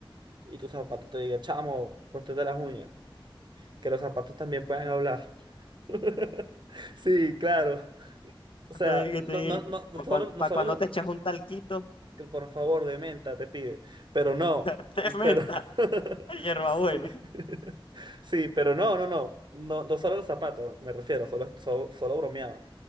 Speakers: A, on the right (about 55°); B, on the left (about 75°).
A: y tu zapato te diga, chamo, córtate las uñas, que los zapatos también pueden hablar. <laughs> Sí, claro. O sea,
B: Te, que te
A: no, no, no, no
B: para
A: solo,
B: cuando,
A: no
B: pa'
A: solo
B: cuando te echas un talquito
A: que por favor, de menta, te pide. Pero no,
B: <laughs> de menta,
A: pero... <laughs>
B: hierbabuena.
A: Sí. <laughs> Sí, pero no, no, no, no, no solo los zapatos, me refiero, solo, solo, solo bromeaba.